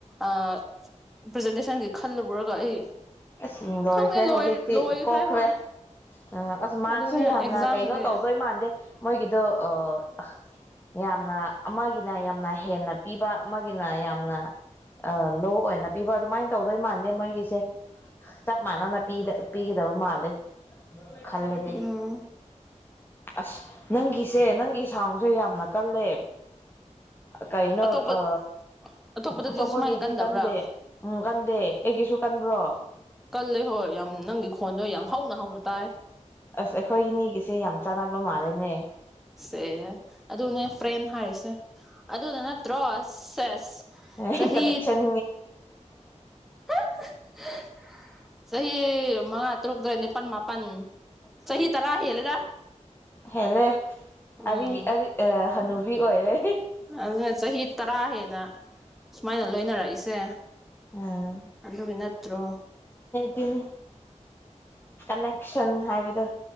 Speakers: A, in the centre; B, on the left.
A: ꯑꯥ ꯄ꯭ꯔꯖꯦꯟꯇꯦꯁꯟꯒꯤ ꯈꯜꯂꯨꯔꯒ ꯑꯩ
B: ꯑꯁ ꯂꯣꯏꯈ꯭ꯔꯦ
A: ꯈꯪꯗꯦ ꯂꯣꯏ
B: ꯍꯧꯖꯤꯛꯇꯤ
A: ꯂꯣꯏꯈ꯭ꯔꯦ
B: ꯀꯣꯛꯈ꯭ꯔꯦ
A: ꯍꯣꯏ
B: ꯑ ꯑꯁ ꯃꯥꯔꯛꯁꯨ
A: ꯑꯗꯨꯅꯦ
B: ꯌꯥꯝꯅ
A: ꯑꯦꯛꯖꯥꯝꯒꯤ
B: ꯀꯩꯅꯣ ꯇꯧꯗꯣꯏ ꯃꯥꯟꯗꯦ ꯃꯣꯏꯒꯤꯗꯣ ꯑꯥ ꯌꯥꯝꯅ ꯑꯃꯒꯤꯅ ꯌꯥꯝꯅ ꯍꯦꯟꯅ ꯄꯤꯕ ꯑꯃꯒꯤꯅ ꯌꯥꯝꯅ ꯑꯥ ꯂꯣ ꯑꯣꯏꯅ ꯄꯤꯕ ꯑꯗꯨꯃꯥꯏꯅ ꯇꯧꯗꯣꯏ ꯃꯥꯟꯗꯦ ꯃꯣꯏꯒꯤꯁꯦ ꯆꯞ ꯃꯥꯟꯅꯅ ꯄꯤ ꯄꯤꯒꯗꯕ ꯃꯥꯜꯂꯦ ꯈꯜꯂꯗꯤ
A: ꯎꯝ
B: ꯑꯁ ꯅꯪꯒꯤꯁꯦ ꯅꯪꯒꯤ ꯁꯥꯎꯟꯁꯦ ꯌꯥꯝꯅ ꯀꯜꯂꯦ ꯀꯩꯅꯣ
A: ꯑꯇꯣꯞꯄ
B: ꯑ
A: ꯑꯇꯣꯞꯄꯗꯗꯤ
B: ꯑꯇꯣꯞꯄꯒꯤꯗꯤ
A: ꯁꯨꯃꯥꯏꯅ ꯀꯟꯗꯕ꯭ꯔꯥ
B: ꯀꯟꯗꯦ ꯎꯝ ꯀꯟꯗꯦ ꯑꯩꯒꯤꯁꯨ ꯀꯟꯕ꯭ꯔꯣ
A: ꯀꯜꯂꯦ ꯍꯣꯏ ꯌꯥꯝ ꯅꯪꯒꯤ ꯈꯣꯟꯗꯣ ꯌꯥꯝ ꯍꯧꯅ ꯍꯧꯅ ꯇꯥꯏ
B: ꯑꯁ ꯑꯩꯈꯣꯏ ꯏꯅꯤꯒꯤꯁꯦ ꯌꯥꯝ ꯆꯥꯟꯅꯕ ꯃꯥꯜꯂꯦꯅꯦ
A: ꯁꯦ ꯑꯗꯨꯅꯦ ꯐ꯭ꯔꯦꯟ ꯍꯥꯏꯔꯤꯁꯦ ꯑꯗꯨꯅ ꯅꯠꯇ꯭ꯔꯣ ꯁꯦꯁ
B: ꯑꯩ
A: ꯆꯍꯤ
B: ꯀꯅꯦꯛꯁꯟ
A: <inaudible> ꯆꯍꯤ ꯃꯉꯥ ꯇꯔꯨꯛ ꯇꯔꯦꯠ ꯅꯤꯄꯥꯟ ꯃꯥꯄꯟ ꯆꯍꯤ ꯇꯔꯥ ꯍꯦꯜꯂꯦꯗ
B: ꯍꯦꯜꯂꯦ ꯑꯔꯤ
A: ꯎꯝ
B: ꯑꯔꯤ ꯑ ꯍꯅꯨ ꯕꯤ ꯑꯣꯏꯔꯦ
A: ꯑꯗꯨꯅ ꯆꯍꯤ ꯇꯔꯥ ꯍꯦꯟꯅ ꯁꯨꯃꯥꯏꯅ ꯂꯣꯏꯅꯔꯛꯏꯁꯦ
B: ꯑꯥ
A: ꯑꯗꯨꯒꯤ ꯅꯠꯇ꯭ꯔꯣ
B: ꯇꯤꯅꯤ ꯀꯅꯦꯛꯁꯟ ꯍꯥꯏꯕꯗꯨ